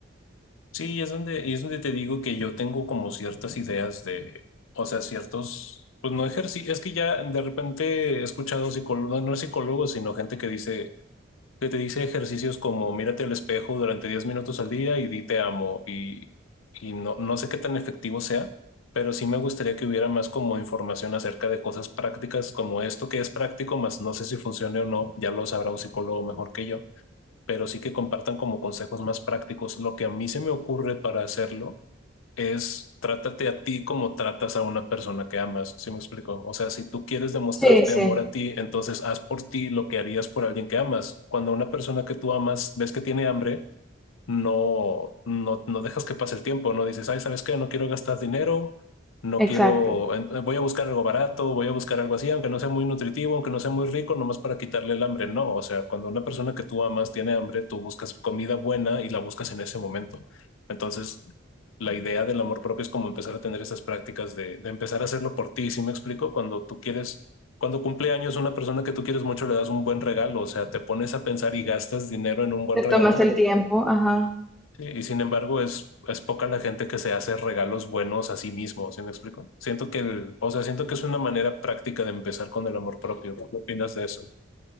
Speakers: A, on the left; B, in the centre.
A: Sí, es donde, y es donde te digo que yo tengo como ciertas ideas de, o sea, ciertos, pues no ejercicio, es que ya de repente he escuchado psicólogos, no, no psicólogos, sino gente que dice, que te dice ejercicios como mírate al espejo durante 10 minutos al día y di te amo. Y, y no, no sé qué tan efectivo sea, pero sí me gustaría que hubiera más como información acerca de cosas prácticas como esto que es práctico, más no sé si funcione o no, ya lo sabrá un psicólogo mejor que yo, pero sí que compartan como consejos más prácticos. Lo que a mí se me ocurre para hacerlo es trátate a ti como tratas a una persona que amas, ¿sí me explico? O sea, si tú quieres demostrarte
B: Sí, sí,
A: amor a ti, entonces haz por ti lo que harías por alguien que amas. Cuando una persona que tú amas ves que tiene hambre, no, no, no dejas que pase el tiempo, no dices, ay, ¿sabes qué? No quiero gastar dinero, no
B: Exacto.
A: quiero, en- eh, voy a buscar algo barato, voy a buscar algo así, aunque no sea muy nutritivo, aunque no sea muy rico, nomás para quitarle el hambre. No, o sea, cuando una persona que tú amas tiene hambre, tú buscas comida buena y la buscas en ese momento. Entonces, la idea del amor propio es como empezar a tener esas prácticas de, de empezar a hacerlo por ti, ¿sí me explico? Cuando tú quieres... Cuando cumple años una persona que tú quieres mucho le das un buen regalo, o sea, te pones a pensar y gastas dinero en un buen
B: Te
A: regalo
B: tomas el tiempo, ajá.
A: Sí, y sin embargo, es, es poca la gente que se hace regalos buenos a sí mismo, ¿sí me explico? Siento que el, o sea, siento que es una manera práctica de empezar con el amor propio. ¿no? ¿Qué opinas de eso?